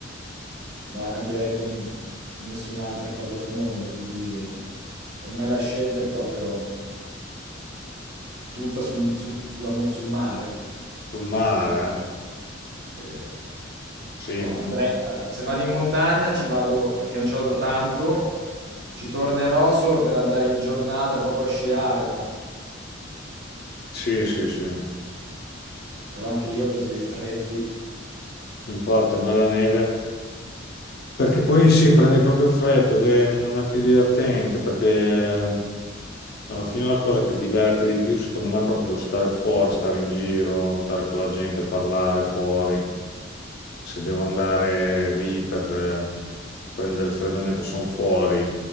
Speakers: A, on the right; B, on the left.
A: non la cambierei con nessun'altra cosa al mondo. Quindi per me la scelta è proprio tutta sul, sulla mo- sul mare.
B: sul mare, eh?
A: Se,
B: Sì,
A: to, andrei, eh, se vado in montagna ci vado, perché non ci vado da tanto, ci tornerò solo per andare in giornata proprio a sciare, ma
B: sì, sì, sì.
A: però anche lì ho preso dei freddi.
B: Infatti, a me la neve. Perché poi sì, prendi proprio freddo, cioè, non è più divertente, perché eh, alla fine la cosa che diverte di più, secondo me, è proprio lo stare fuori, stare in giro, stare con la gente, parlare fuori. Se devo andare lì per eh, prendere il freddo mentre sono fuori